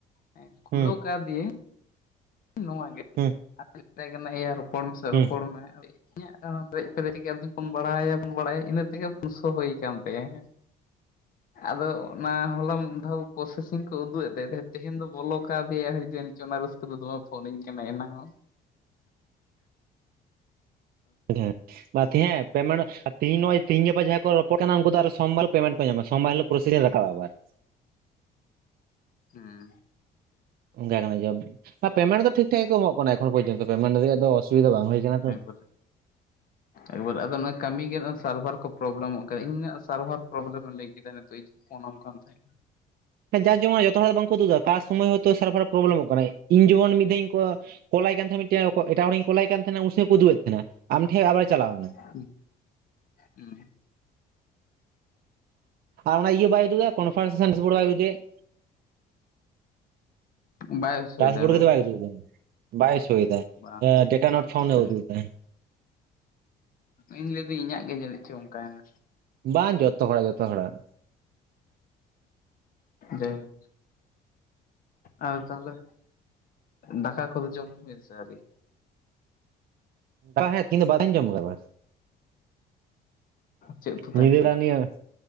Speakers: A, on the left; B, on the right.
A: ᱦᱮᱸ ᱠᱷᱩᱞᱟᱹᱣ
B: ᱦᱩᱸ
A: ᱠᱟᱣᱫᱮᱭᱟᱹᱧ ᱱᱚᱣᱟ ᱜᱮ
B: ᱦᱩᱸ
A: <unintelligible> ᱢᱮᱛᱟᱭ ᱠᱟᱱᱟ ᱮᱭᱟ ᱨᱚᱯᱚᱲ ᱢᱮᱥᱮ
B: ᱦᱩᱸ
A: ᱨᱚᱯᱚᱲ ᱢᱮ᱾ <unintelligible> ᱤᱱᱟᱹ ᱛᱮᱜᱮ ᱯᱩᱱᱥᱚ ᱦᱩᱭ ᱟᱠᱟᱱ ᱛᱟᱭᱟ ᱦᱮᱸ ᱟᱫᱚ ᱚᱱᱟ ᱦᱚᱞᱟᱢ ᱫᱷᱟᱹᱣ ᱯᱨᱚᱥᱮᱥᱤᱝ ᱠᱚ ᱩᱫᱩᱜ ᱮᱫ ᱛᱟᱭ ᱛᱮᱦᱮᱸᱜ ᱛᱮᱦᱮᱧ ᱫᱚ ᱵᱚᱞᱚ ᱠᱟᱣᱫᱮᱣᱟ ᱦᱮᱸ ᱡᱟᱹᱱᱤᱡ ᱪᱚ ᱚᱱᱟ ᱨᱟᱹᱥᱠᱟᱹᱛᱮ ᱫᱚᱢᱮ ᱯᱷᱳᱱᱟᱹᱧ ᱠᱟᱱᱟᱭ ᱮᱱᱟᱝ-ᱚᱜ
B: ᱦᱮᱸ ᱵᱟ ᱛᱮᱦᱮᱯ ᱯᱮᱢᱮᱱᱴ ᱛᱤᱦᱤᱧ ᱱᱚᱜᱼᱚᱭ ᱛᱤᱦᱤᱧ ᱜᱟᱯᱟ ᱡᱟᱦᱟᱸᱭ ᱠᱚ ᱨᱚᱯᱚᱲ ᱠᱟᱱᱟ ᱩᱝᱠᱩ ᱫᱚ ᱟᱨᱚ ᱥᱚᱢᱵᱟᱨ ᱯᱮᱢᱮᱱᱴ ᱠᱚ ᱧᱟᱢᱟ ᱥᱚᱢᱵᱟᱨ ᱦᱤᱞᱳᱜ ᱯᱨᱳᱥᱤᱨᱟ <unintelligible>
A: ᱦᱚᱸ
B: ᱚᱱᱠᱟ ᱠᱟᱱᱟ ᱡᱚᱵ ᱟ ᱯᱮᱢᱮᱱᱴ ᱫᱚ ᱴᱷᱤᱠ ᱴᱷᱟᱠ ᱜᱮ ᱠᱚ ᱮᱢᱚᱜ ᱠᱟᱱᱟ ᱮᱠᱷᱚᱱ ᱯᱚᱨᱡᱚᱱᱛᱚ ᱯᱮᱢᱮᱱᱴ ᱨᱮᱭᱟᱜ ᱫᱟ ᱚᱥᱩᱵᱤᱫᱷᱟ ᱵᱟᱝ ᱦᱩᱭ ᱠᱟᱱᱟ ᱛᱚ᱾
A: ᱮᱠᱵᱟᱨᱮ ᱮᱠᱵᱟᱨ ᱟᱫᱚ ᱱᱚᱣᱟ ᱠᱟᱹᱢᱤ ᱜᱮ ᱥᱟᱨᱵᱷᱟᱨ ᱠᱚ ᱯᱨᱚᱵᱞᱮᱢᱚᱜ ᱠᱟᱱᱟ ᱤᱧᱟᱹᱜ ᱥᱟᱨᱵᱷᱟᱨ ᱯᱨᱚᱵᱞᱮᱢ ᱞᱟᱹᱭ ᱠᱮᱫᱟ ᱱᱤᱛᱚᱜ ᱤᱧ ᱯᱷᱳᱱᱟᱢ ᱠᱟᱱ ᱛᱟᱦᱮᱸᱡ
B: ᱡᱟ ᱡᱮᱢᱚᱱ ᱡᱚᱛᱚ ᱦᱚᱲᱟᱜ ᱫᱚ ᱵᱟᱝᱠᱚ ᱩᱫᱩᱜ ᱫᱟ ᱠᱟ ᱥᱚᱢᱚᱭ ᱦᱚᱭᱛᱳ ᱥᱟᱨᱵᱷᱟᱨ ᱯᱨᱚᱵᱞᱮᱢᱚᱜ ᱠᱟᱱᱟᱭ ᱤᱧ ᱡᱢᱚᱱ ᱢᱤᱫ ᱫᱷᱟᱣ ᱠᱚ ᱠᱚᱞᱟᱭ ᱠᱟᱱ ᱛᱟᱸᱦᱮ ᱢᱤᱜᱴᱮ ᱮᱴᱟᱜ ᱦᱚᱲᱤᱧ ᱠᱚᱞᱟᱭ ᱠᱟᱱ ᱛᱟᱦᱮᱱᱟ ᱩᱱᱥᱚ ᱦᱚᱸ ᱠᱚ ᱩᱫᱩᱜ ᱮᱜ ᱛᱟᱦᱮᱱᱟ ᱟᱢᱴᱷᱮᱜ ᱟᱵᱟᱨ ᱪᱟᱞᱟᱣᱱᱟ᱾
A: ᱛᱟᱦᱮᱸᱫ ᱦᱩᱸ
B: ᱟᱨ ᱚᱱᱟ ᱤᱭᱟᱹ ᱵᱟᱭ ᱩᱫᱩᱜ ᱫᱟ ᱠᱚᱱᱯᱷᱟᱨᱥᱮᱥᱮᱱ <unintelligible>
A: ᱵᱟᱭ ᱥᱳᱭᱫᱟ
B: ᱰᱟᱥᱵᱳᱲ ᱜᱮ ᱛᱚ ᱵᱟᱭ ᱩᱫᱩᱜ ᱫᱟ᱾ ᱵᱟᱭ ᱥᱳᱭ ᱫᱟ
A: ᱵᱟᱝ
B: ᱮᱸ ᱫᱟ ᱰᱮᱴᱟ ᱱᱚᱴ ᱯᱷᱟᱭᱩᱱᱰ
A: ᱦᱩᱸ
B: ᱮ ᱩᱫᱩᱜ ᱫᱟ᱾
A: ᱤᱧ ᱞᱟᱹᱭ ᱫᱟᱹᱧ ᱤᱧᱟᱹᱜ ᱜᱮ ᱡᱟᱱᱤᱜ ᱪᱚ ᱚᱝᱠᱟᱭᱱᱟ᱾
B: ᱵᱟᱝ ᱡᱚᱛᱚ ᱦᱚᱲᱟᱜ ᱡᱚᱛᱚ ᱦᱚᱲᱟᱜ
A: ᱡᱟᱭ ᱦᱳᱠ ᱟᱫᱚ ᱛᱟᱦᱚᱞᱮ ᱫᱟᱠᱟ ᱠᱚᱫᱚ ᱡᱚᱢ ᱦᱩᱭᱱᱟ ᱥᱮ ᱟᱹᱣᱨᱤ?
B: <unintelligible> ᱛᱤᱦᱤᱧ ᱫᱚ ᱵᱟᱹᱞᱤᱧ ᱵᱟᱝᱤᱧ ᱡᱚᱢ ᱟᱵᱟᱨ
A: ᱪᱮᱫ ᱩᱛᱩ ᱛᱟᱦᱮᱸ
B: ᱧᱤᱫᱟᱹ
A: ᱠᱟᱱᱟ
B: ᱵᱮᱲᱟ ᱱᱤᱭᱟᱹ